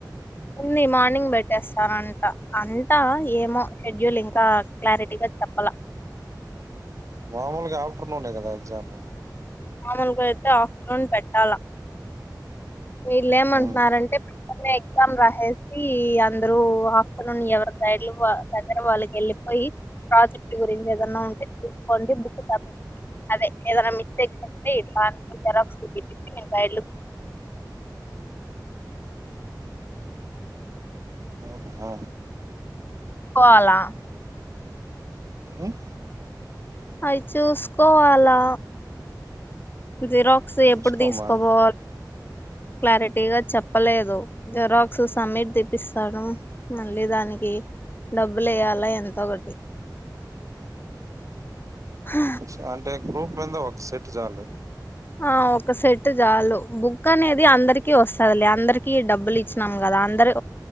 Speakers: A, on the left; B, on the right.
A: ఉంది మార్నింగ్ పెట్టేస్తారంట అంట ఏమో షెడ్యూల్ ఇంకా క్లారిటీగా చెప్పల
B: మామూలుగా ఆఫ్టర్నూన్ కదే ఎగ్జామ్
A: మామూలుగా అయితే ఆఫ్టర్నూన్ పెట్టాలా వీళ్ళు ఏమంటున్నారంటే
B: ఉమ్
A: <unintelligible> ఎగ్జామ్ రాసేసి అందరు ఆఫ్టర్నూన్ ఎవరి సైడ్లు దగ్గర వాళ్ళకి వెళ్ళిపోయి ప్రాజెక్ట్ గురించి ఏదన్న ఉంటే చుసుకోండి. బుక్ <unintelligible> అదే ఏదైనా మిస్టేక్ పర తరఫ బుక్ గైడ్లు
B: అవునా
A: పోలా
B: ఉమ్
A: అవి చూసుకోవాలా జీరో క్స్
B: చూసుకోమ్మా
A: ఎప్పుడు తీసుకుపోవాలి క్లారిటీగా చెప్పలేదు. జెరాక్స్ సమ్మిట్ తీపిస్తాడు మళ్ళీ దానికి డబ్బులు వేయాలా ఎంతో ఒకటి హ
B: క్స్ అంటే గ్రూప్ మింద ఒక సెట్ చాలు
A: ఆ ఒక సెట్ చాలు బుక్ అనేది అందరికిీ వస్తాదిలే అందరికి డబ్బులు ఇచ్చినాం కదా అందరు